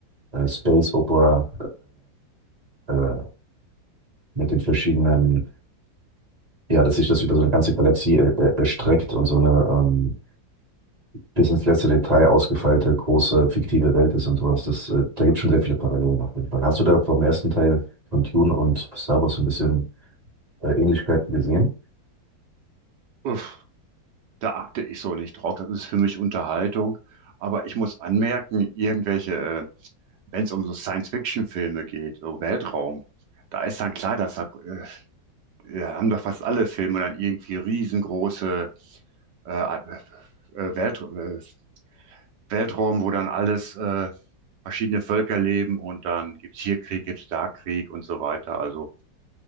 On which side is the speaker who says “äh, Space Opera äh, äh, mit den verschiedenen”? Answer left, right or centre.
Right